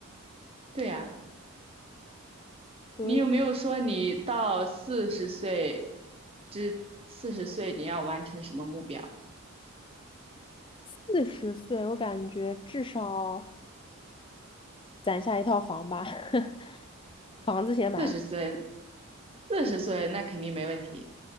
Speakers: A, on the right (about 25°); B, on the left (about 25°).
A: 对呀，
B: 所以
A: 你有没有说你到四十岁之四十岁你要完成什么目标？
B: 四十岁我感觉至少攒下一套房吧，<laughs> 房子先买好。
A: 四十岁，四十岁那肯定没问题。